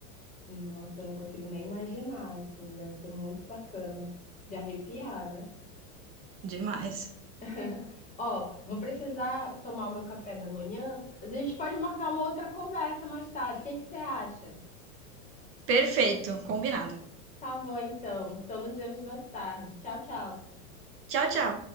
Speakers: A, on the left; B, on the right.
A: Nossa, eu não consigo nem imaginar, assim, deve ser muito bacana de arrepiar, né?
B: Demais.
A: <laughs> Ó, vou precisar tomar o meu café da manhã, mas a gente pode marcar uma outra conversa mais tarde. O que que você acha?
B: Perfeito, combinado.
A: Tá bom, então. Então nos vemos mais tarde. Tchau, tchau.
B: Tchau, tchau.